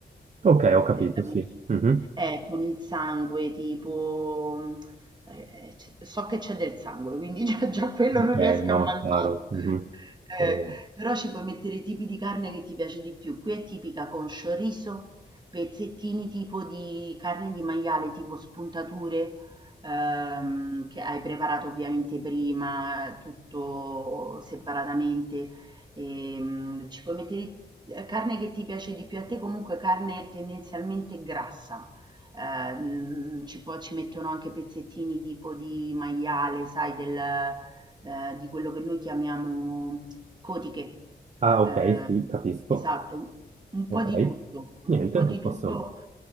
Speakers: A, on the right; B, on the right.
A: Ok, ho capito,
B: Per capirci.
A: sì. Mhm.
B: Eh, con il sangue tipo, mhmm, ehm, c so che c'è del sangue, quindi <laughs> già già quello
A: Ok,
B: non riesco
A: no,
B: a mangiarlo.
A: chiaro. mhm.
B: Eh,
A: Eh,
B: però ci puoi mettere i tipi di carne che ti piace di più. Qui è tipica con chorizo, pezzettini tipo di carne di maiale, tipo spuntature, ehm, che hai preparato ovviamente prima, tutto separatamente. Ehm, ci puoi mettere ehm, carne che ti piace di più a te, comunque carne tendenzialmente grassa. Ehm, ci può ci mettono anche pezzettini tipo di maiale, sai, del, eh, di quello che noi chiamiamo cotiche.
A: ah,
B: Ehm,
A: ok, sì, capisco.
B: esatto, un
A: Ok,
B: po' di tutto, un
A: niente,
B: po' di
A: vi posso.
B: tutto